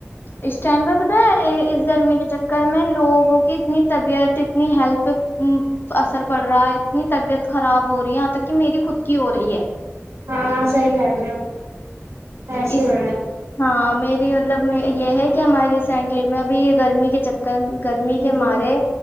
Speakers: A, on the left (about 45°); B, on the right (about 65°).
A: اس ٹائم پہ پتا ہے اس گرمی کے چکر میں لوگوں کی اتنی طبیعت اتنی ہیل پ اثر پڑ رہا ہے اتنی طبیعت خراب ہو رہی یہاں تک کہ میری خود کی ہو رہی ہے
B: ہاں صحیح رہہ رہے ہو ایسے
A: اس
B: ہی ہو رہا
A: ہاں میری <unintelligible> مطلب یہ ہے کہ ہمارے ریسینٹلی میں ابھی یہ گرمی کے چکر گرمی
B: ہے
A: کے
B: جی
A: مارے